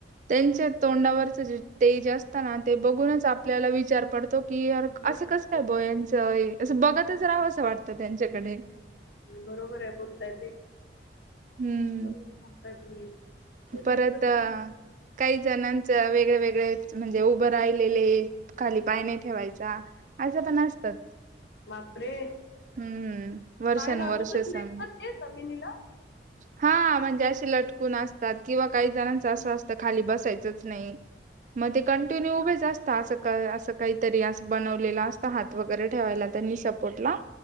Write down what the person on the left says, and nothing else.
हम्म
हो,
हो.
बरोबरे बोलताय ते.
बरोबर सांगताय, तुम्ही. ते
त्यांचं ते
हो.
बापरे.
पाय लावतच
नाहीत ना ते जमिनीला
हा